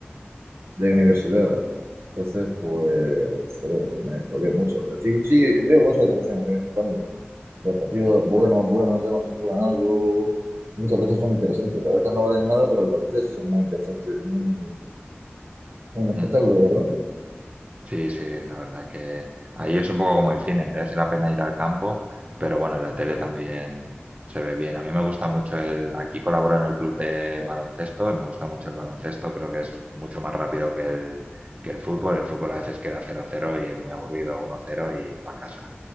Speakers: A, on the right; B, on the right.
A: de universidad. Entonces, pues, joder, pues me jodé mucho. Pero sí, sí, veo cosas de vez en, de vez en cuando. Los partidos
B: Ujú,
A: buenos, buenos, ya cuando se juegan algo, muchas veces son interesantes. A veces no valen nada, pero otras veces sí son muy interesantes y muy, un espectáculo,
B: ujú.
A: ¿verdad?
B: Sí, sí, la verdad que ahí es un poco como el cine, merece la pena ir al campo, pero bueno, en la tele también se ve bien. A mí me gusta mucho el, aquí colaboro en el club de baloncesto y me gusta mucho el baloncesto, creo que es mucho más rápido que el, que el fútbol. El fútbol a veces queda cero cero y es muy aburrido, uno cero y para casa.